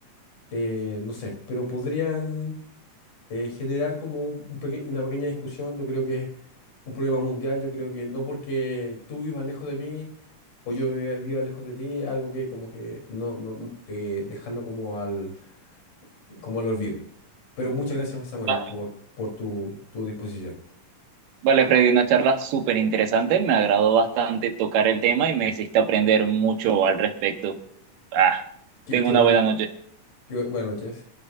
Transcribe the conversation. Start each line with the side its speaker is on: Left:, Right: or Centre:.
Left: eh, no sé, pero podrían eh, generar como un- un peque- una pequeña discusión, yo creo que es un problema mundial, yo creo que no porque tú vivas lejos de mí o yo vi- viva lejos de ti, algo que como que no, no no, eh, dejarlo como al, como al olvido. Pero muchas gracias, Samuel,
Right: Ah,
Left: por, por tu, tu disposición.
Right: Vale, Freddy, una charla súper interesante. Me agradó bastante tocar el tema y me hiciste aprender mucho al respecto. Ah,
Left: Qué,
Right: tengo
Left: qué
Right: una
Left: bueno,
Right: buena noche.
Left: qué bu- buenas noches.